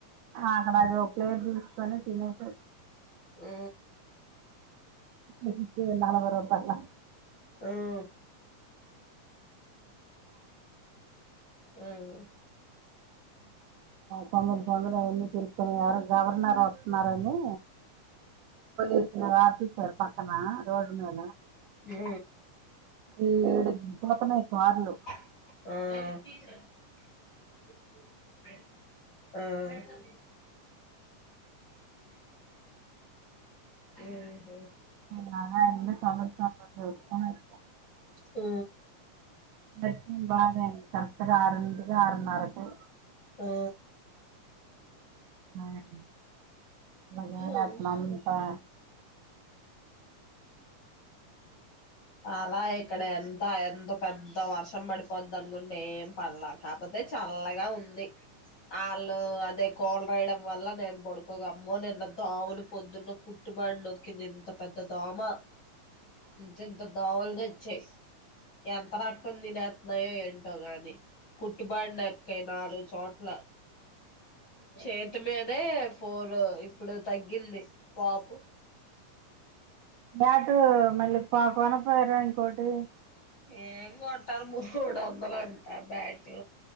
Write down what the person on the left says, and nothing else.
ఆ
హ్మ్ హ్మ్
హ
ఆ ఆ ఓహో
ఆ
ఆ
ఉమ్
అలా ఇక్కడ ఎంత ఎంత పెద్ద వర్షం పడిపోది అనుకుంటే ఏం పర్ల కాకపోతే చల్లగా ఉంది ఆళ్ళు అదే కోల్ పెయడం వల్ల నేను పడుకో అమ్మో నిన్నంత దోమలు పొద్దున్న కుట్టుబాడి నొక్కింది ఇంత పెద్ద దోమ ఇంతింత దోమలు తె చ్చే ఎంత రక్తం తినేతున్నాయో ఏం ఏంటో గాని కుట్టుబాడి నాక్కైనా ఆలో చోట్ల చేత మేతే ఫోర్ ఇప్పుడు తగ్గింది పాపు
ఏం కొంటారు మూడు వందలు అంట బ్యాటి